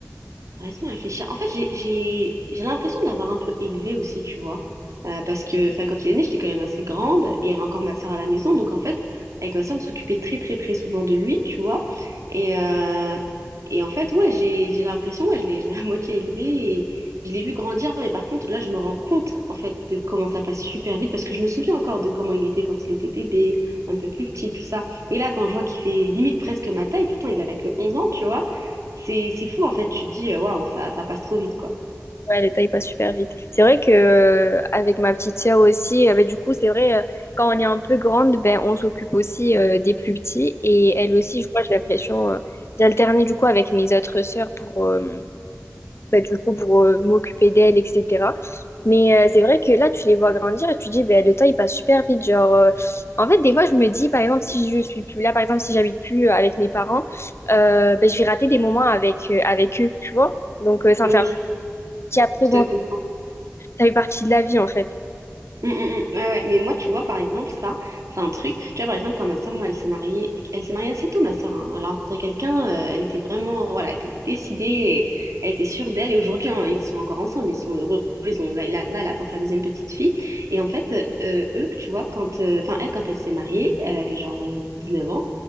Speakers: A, on the right; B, on the left.
A: Attends, Laisse-moi réfléchir. En fait, j'ai j'ai- j'ai l'impression de l'avoir un peu élevé aussi, tu vois. Euh, parce que enfin, quand il est né, j'étais quand même assez grande et il y avait encore ma soeur à la maison. Donc, en fait, avec ma soeur, on s'occupait très, très, très souvent de lui, tu vois. Et, euh, et en fait, ouais, j'ai j'ai l'impression, ouais, je l'ai je l'ai à <laughs> moitié élevé et je l'ai vu grandir. Mais par contre, là, je me rends compte, en fait, de comment ça passe super vite parce que je me souviens encore de comment il était quand il était bébé, un peu plus petit, tout ça. Et là, quand je vois qu'il fait limite presque ma taille, pourtant, il a que 11 ans, tu vois. C'est c'est fou en fait, tu te dis euh, waouh, ça, ça passe trop vite quoi.
B: Ouais, le temps, il passe super vite. C'est vrai que euh, avec ma petite sœur aussi, euh, ben, du coup, c'est vrai, euh, quand on est un peu grande, ben, on s'occupe aussi euh, des plus petits. Et elle aussi, je crois, j'ai l'impression, euh, d'alterner du coup avec mes autres sœurs pour, euh, bah, du coup, pour euh, m'occuper d'elle, etc. Mais euh, c'est vrai que là, tu les vois grandir et tu te dis, bah, le temps, il passe super vite. Genre, euh, en fait, des fois, je me dis, par exemple, si je suis plus là, par exemple, si j'habite plus euh, avec mes parents, euh, bah, je vais rater des moments avec, euh, avec eux, tu vois. Donc, euh, ça
A: Oui,
B: me fait un petit après,
A: je
B: bon,
A: te comprends.
B: ça fait partie de la vie, en fait.
A: Mm, mm, mm. Ouais, ouais. Mais moi, tu vois, par exemple, ça, c'est un truc. Tu vois, par exemple, quand ma soeur, moi, elle s'est mariée, elle s'est mariée assez tôt, ma soeur. Elle a rencontré quelqu'un, euh, elle était vraiment, voilà, elle était décidée, et elle était sûre d'elle. Et aujourd'hui, hein, ils sont encore ensemble, ils sont heureux. Ils ont, là, là, elle attend sa deuxième petite fille. Et en fait, euh, eux, tu vois, quand, euh, enfin, elle, quand elle s'est mariée, elle avait genre euh, neuf ans.